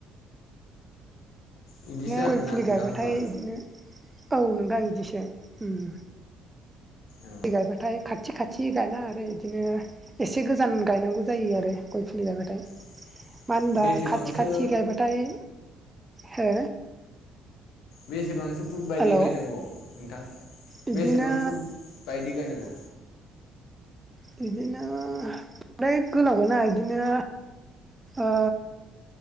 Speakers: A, on the left; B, on the right.
A: बिदिसो आरोना
B: गय फुलि
A: नोंथां
B: गायबाथाय
A: होमबा
B: इदिनो औ नोंथां इदिसो उम उम।
A: औ
B: लि गायबाथाय खाथि खाथि गायनाङा आरो इदिनो एसे गोजान गायनांगौ जायो आरो गय फु लि गायबाथाय।
A: <inaudible>
B: मानबा
A: बेसेबांसो
B: खाथि खाथि गायबाथाय। हो?
A: बेसेबांसो फुद
B: हेल'
A: बायदि गायनांगौ नोंथां
B: बिदिनो
A: बेसेबां फुद बायदि गायनांगौ?
B: बिदिनो फ्राय गोलावखोना इदिनो ओ